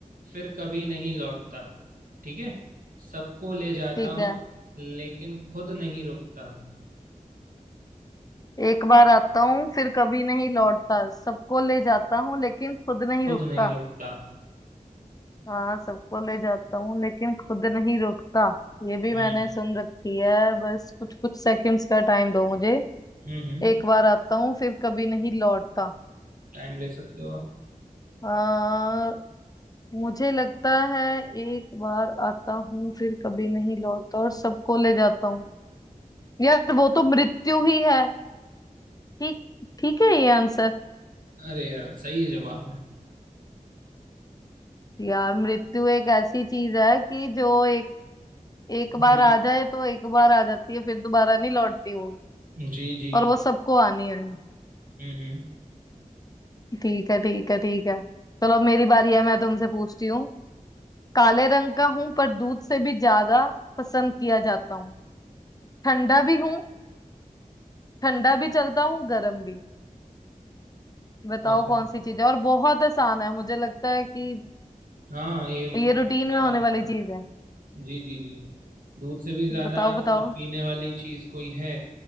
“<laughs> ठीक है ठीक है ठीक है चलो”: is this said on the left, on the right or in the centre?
Left